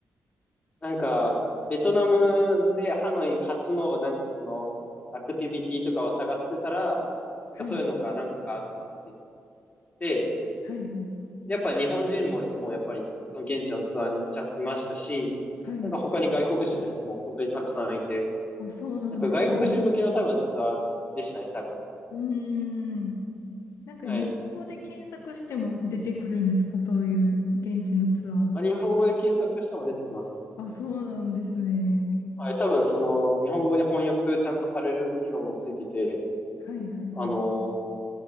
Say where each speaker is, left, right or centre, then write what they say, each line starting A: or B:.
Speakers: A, on the left; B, on the left.
A: なんか、ベトナムでハノイ初のなんかその、アクティビティとかを探してたら、なんかそういうのが何個か集まってき
B: はい、
A: て、
B: はい、はい。
A: やっぱ日本人も人もやっぱりその現地のツアーにちゃんいましたし、
B: はい。
A: なんか他に外国人の人も本当にたくさんいて、
B: あ、そうなんですね。
A: なんか外国人向けの多分ツアーでしたね、多分。
B: うーん。なんか日本語で検索しても出てくるんですかそういう現地のツアーって。
A: はい。まあ、日本語で検索しても出てきますね。
B: あ、そうなんですね。
A: はい、多分その、日本語に翻訳ちゃんとされる機能もついてて、
B: はい、はい、はい。
A: あの